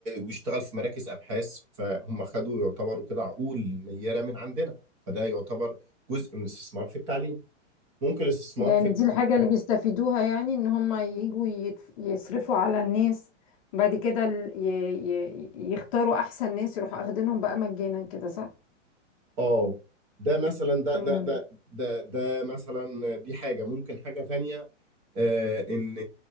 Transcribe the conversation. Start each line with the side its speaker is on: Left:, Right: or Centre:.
Right: ويشتغل في مراكز ابحاث فهم خدوا يعتبروا كده عقول نيره من عندنا فده يعتبر جزء من الاستثمار في التعليم ممكن الاستثمار
Left: يعني
Right: في
Left: دي الحاجة اللي بيستفيدوها يعني ان هما يجوا يتف- يصرفوا على الناس بعد كده ال- ي... ي... يختاروا احسن ناس يروحوا اخدينهم بقى مجانا كده صح؟
Right: اه ده مثلا ده
Left: مم.
Right: ده ده ده ده مثلا دي حاجة ممكن حاجة تانية آه ان